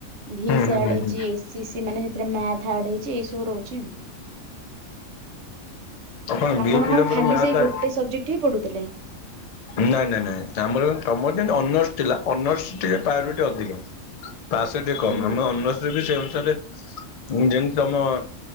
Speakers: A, on the right; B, on the left.
A: ଭି
B: ହୁଁ
A: ଏସ ସି
B: ହୁଁ
A: ଆଡ଼
B: ହୁଁ
A: ହେଇଚି।
B: ହୁଁ
A: ଏ ସି ସି ମାନେ ହେଥିରେ ମ୍ୟାଥ ଆଡ଼ ହେଇଚି ଏଇ ସବୁ ସବୁ ରହୁଛି।
B: ଆଉ କଣ
A: ଆପଣ
B: ବିଏ ପିଲାଙ୍କର
A: କଣ ଖାଲି
B: ମ୍ୟାଥ
A: ସେଇ ଗୋଟେ
B: ଆଡେ
A: ସବଜେକ୍ଟ ଉଠିକି ପଢୁଥିଲେ?
B: ନାଇଁ ନାଇଁ ନାଇଁ ଆମର ତମର ଯେମିନ୍ତି ଅନର୍ସ ଥିଲା ଅନର୍ସ ଟିକେ ପ୍ରାୟରିଟି ଟିକେ ଅଧିକା ତା ସହିତ ଦେଖ
A: ହୁଁ
B: ଆମେ ଅନର୍ସରେ ବି ସେଇ ଅନୁସାରେ ଯେମିତି ତମ